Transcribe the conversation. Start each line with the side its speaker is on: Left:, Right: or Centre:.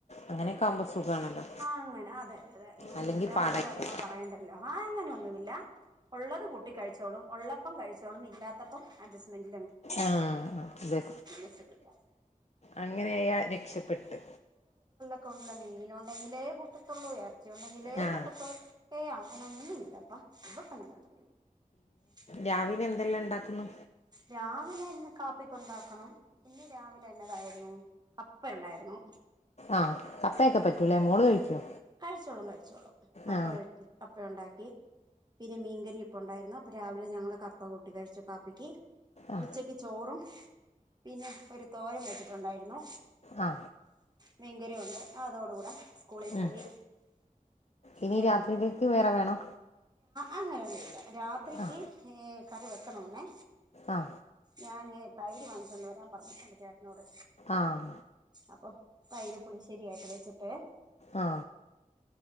Left: അങ്ങനെയൊക്കെ
Right: അഅതെന്നും
Left: ആകുമ്പോൾ
Right: <unintelligible>
Left: സുഖമാണല്ലോ
Right: ആ അങ്ങനെ അതെ അതെ അതെ നമ്മൾ
Left: അല്ലെങ്കിൽ
Right: ഇല്ലാത്ത
Left: പാടായി
Right: കാര്യങ്ങൾ
Left: പോകും
Right: പറയേണ്ട ആ അങ്ങനെയ ഒന്നുമില്ല ഉള്ളത് കൂട്ടി കഴിച്ചോളും ഉള്ളപ്പം കഴിച്ചോളും ഇല്ലാത്തപ്പം അഡ്ജസ്റ്റ്മെന്റ്
Left: ആഹ അതെ
Right: വിഷയമില്ല
Left: അങ്ങനെയായാ രക്ഷപ്പെട്ട്
Right: <unintelligible> മീൻ ഉണ്ടെങ്കിലേ കൂട്ടത്തുള്ളൂ യെട ഉണ്ടെങ്കിലേ
Left: ആ
Right: കൂട്ടത്തുള്ളു ഏ അങ്ങനെന്നുമില്ലപ്പാ പ്പ <unintelligible>
Left: രാവില എന്തെല്ലാം ഉണ്ടാക്കുന്നു
Right: രാവിലെ എന്നെ കാപ്പിക്കൊണ്ടാക്കണം ഇന്ന് രാവിലെ എന്നതായിരുന്നു കപ്പ ഒണ്ടായിരുന്നു
Left: ആഹ കപ്പയൊക്കെ പറ്റൂലേ മോള് കഴിക്കോ
Right: കഴിച്ചോളും കഴിച്ചോളും കപ്പ
Left: ആ
Right: കപ്പ ഉണ്ടാക്കി പിന്നെ മീൻകരി ഇപ്പ ഉണ്ടായിരുന്നു അപ്പൊ രാവിലെ ഞങ്ങള് കപ്പ കൂട്ടി കഴിച്ചു കാപ്പിക്ക്
Left: ആ
Right: ഉച്ചക്ക് ചോറും പിന്നെ ഒരു തോരും വെച്ചി ട്ടുണ്ടായിരുന്നു
Left: ആ
Right: മീൻകരി ഉണ്ട് അതോട കൂടെ സ്കൂളിൽ
Left: ഉം.
Right: പോയി
Left: ഇനി
Right: ദേ
Left: രാത്രിയിലേക്ക് വേറെ വേണോ
Right: അങ്ങനെ ഒന്നു ല്ല രാത്രിക്ക്
Left: ആ
Right: കറി വെക്കണോന്നെ
Left: ആ
Right: ഞാൻ തൈര് വങ്ങിച്ചൊണ്ട് വരാ പറഞ്ഞിട്ടുണ്ട് ചേട്ടാനോട്
Left: ആഹ
Right: അപ്പൊ തൈര് പുളിശേരിയായിട്ട് വെച്ചിട്ട്
Left: ആ